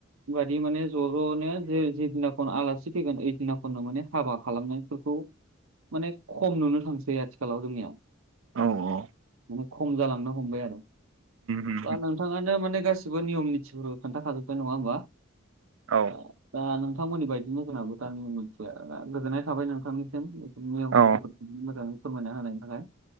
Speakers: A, on the right; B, on the right.
A: बादि माने ज' ज'नो जे जेदिनाखौनो आलासि फैगोन ओइ दिनाखौनो माने हाबा खालामनायफोरखौ माने खम नुनो थांसै आथिखालाव जोंनिया
B: औ औ
A: माने खम जालांनो हमबाय आरो
B: उम उम
A: नोंथाङानो माने गासिबो नियम निथि खोनथाखाजोबबाय नङा होमबा
B: औ
A: ओ नोंथांमोननि बायदिनि जोंहाबो गामिनि मानसिया गोजोननाय थाबाय नोंथांनिसिम नियम
B: औ
A: निथिफोरखौ मोजाङै फोरमायना होनायनि थाखाय